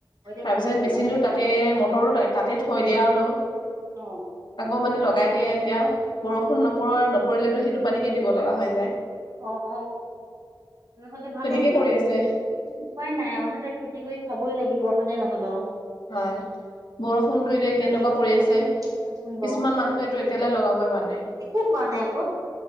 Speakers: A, on the right; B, on the left.
A: এতিয়া
B: তাৰ
A: ভালেই
B: পিছত
A: হ'ল
B: মেচিনটো
A: আৰু
B: তাতে মটৰো তাতে থৈ দিয়া আৰু।
A: অহ
B: আকৌ মানে লগাই দিয়ে এতিয়া বৰষুণ নপৰ নপৰিলেতো সেইটো পানী কে দিব লগা হয়।
A: অহ তেনেহলে ভালেই
B: তেনেকে
A: হ'ল
B: কৰি
A: আও
B: আছে
A: উপাই নাই মানুহটোৱে খেতি কৰি খাবই লাগিব। হয় নে নহয় বাও।
B: হয় বৰষুণটো এতিয়া কেনেকুৱা কৰি আছে। কিছুমান
A: চাচোন বাৰু
B: মানুহে এইটো এতিয়ালৈ লগাবই পৰা নাই।
A: একো পোৱা নাই আকৌ